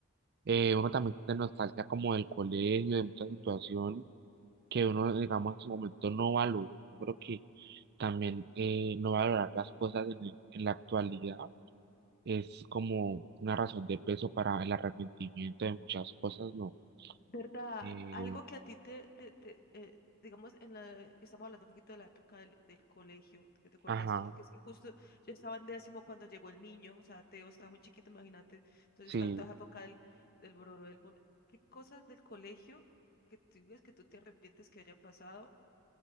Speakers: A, on the right; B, on the left.
A: eh, uno también siente nostalgia como del colegio, de muchas situaciones que uno, digamos, en su momento no valoró. Yo creo que también eh, no valorar las cosas en, el- en la actualidad es como una razón de peso para el arrepentimiento de muchas cosas, ¿no?
B: ¿Verdad?
A: Eh,
B: Algo que a ti te, te, te, eh, digamos, en la, que estamos hablando un poquito de la época del, del colegio, que te acordaste,
A: ajá,
B: porque es que justo yo estaba en décimo cuando llegó el niño, o sea, Teo estaba muy chiquito, imagínate, entonces
A: sí.
B: tanto esa época del, del bororo, del... bon- ¿Qué cosas del colegio que tú ves que tú te arrepientes que haya pasado